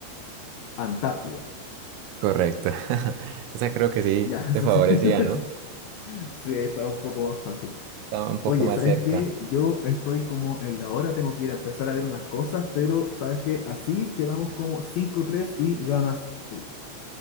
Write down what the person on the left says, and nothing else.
Antártida.
Ya, <laughs>
sí,
sí, <laughs>
Sí, está un poco más fácil.
Oye,
¿sabes
qué? Yo estoy como en la hora, tengo que ir a empezar a ver unas cosas, pero ¿sabes qué? Así quedamos como cinco tres y ganas tú.